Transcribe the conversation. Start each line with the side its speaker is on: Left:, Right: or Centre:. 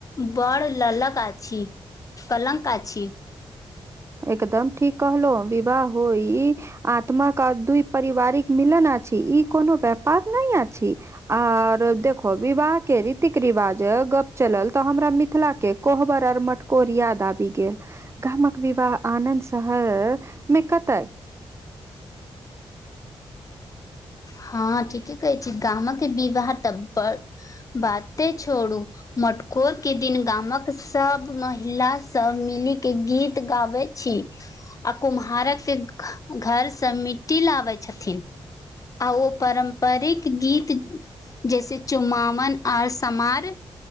Left: बड़ ललक आछी कलंक आछी
Right: एकदम ठीक कहलो विवाह हो ई आत्मा क दइ पारिवारिक मिलन आ छी ई कोनो व्यापार नय आछी आर देखो विवाह के रीतिक रिवाज गप चलल तऽ हमरा मिथिला के कोहबर आर मटकोर याद आबि गेल गामक विवाह आनद शहर मे कतइ
Left: हँ ठीके कहे छी गाम के विवाह त बढ़ बाते छोड़ू मटकोर के दिन गामक सब महिला सब मिली के गीत गाबे छी आ कुम्हारक के घर से मिट्टी लाबै छथिन आ ओ पारम्परिक गीत जैसे चु्मावन आऔर समार